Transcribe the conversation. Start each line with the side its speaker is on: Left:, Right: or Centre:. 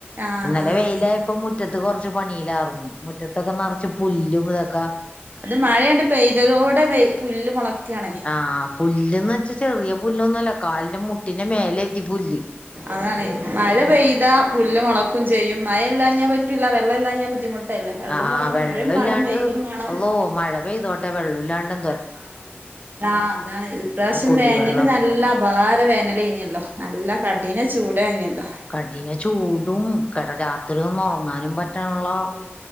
Right: ആഹ്
Left: ഇന്നലെ
Right: ആഹ്
Left: വെയിലായപ്പ മുറ്റ മുറ്റത്ത് കൊറ്ച്ച് പണിയിലാർന്ന്. മുറ്റത്തൊക്കെ നറച്ച് പുല്ലും ഇതൊക്ക
Right: അത് മഴേണ്ട് പെയ്തതോടെ വെ പുല്ല് മൊളക്കാണെ
Left: ആഹ് പുല്ല്ന്ന് വെച്ചാ ചെറിയ പുല്ലൊന്നു അല്ല. കാലിന്റെ മുട്ടിന്റെ മേലേ എത്തി പുല്ല്.
Right: അതാണ് മഴ പെയ്താ പുല്ല് മൊളക്കും ചെയ്യും. മഴയല്ലാഞ്ഞാ പറ്റൂല. വെള്ളമല്ലാഞ്ഞാ ബുദ്ധിമുട്ട് അതല്ലെ വെള്ളും
Left: ആഹ്
Right: വാണം
Left: വെള്ളം
Right: മഴിം വാണം
Left: ഇല്ലാണ്ട്
Right: വെയിലും മാണം.
Left: അള്ളോ മഴ പെയ്തോട്ടെ വെള്ളുല്ലാണ്ടെ
Right: ആഹ് ഇതാണെ ഇപ്രാവശ്യം
Left: ആ കുടിവെള്ളം
Right: വേനല് നല്ല അപാര വേനലേന്യല്ലോ നല്ല കഠിന ചൂടേ ന്യെല്ലൊ.
Left: കടിനെ ചൂടും കട രാത്രിയൊന്നും ഒറങ്ങാനും പറ്റ പറ്റ്ണ്ള്ള
Right: ഇല്ല